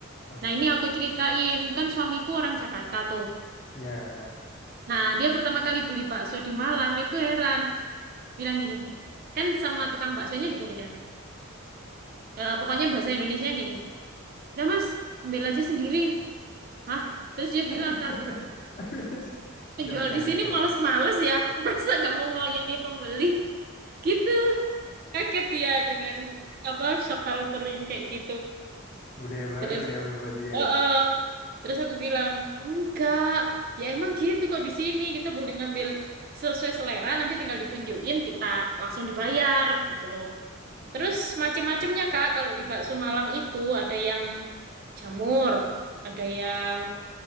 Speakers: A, on the left (about 40°); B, on the right (about 45°).
A: Wah,
B: Nah ini aku ceritain, kan suamiku orang Jakarta tuh.
A: Ya,
B: Nah dia pertama kali beli bakso di Malang, dia tuh heran, bilang gini, kan sama tukang baksonya digini kan, "E, pokoknya bahasa Indonesia gini, udah mas, ambil aja sendiri. Hah? Terus dia
A: <laughs>
B: bilang ke aku, Penjual
A: itu pasti kaget
B: di sini
A: tuh.
B: males-males
A: <laughs>
B: ya, <laughs> masa nggak mau ngelayani pembeli? Gitu, kaget dia dengan apa shock culture yang kayak gitu.
A: Budaya baru
B: Terus,
A: lah ya buat dia
B: oh,
A: ya.
B: oh. terus aku bilang, enggak, ya emang gitu kok di sini kita boleh ngambil sesuai selera, nanti tinggal ditunjukin kita langsung dibayar gitu loh.
A: Hmm.
B: Terus macem-macemnya Kak, kalau di bakso Malang itu ada yang jamur, ada yang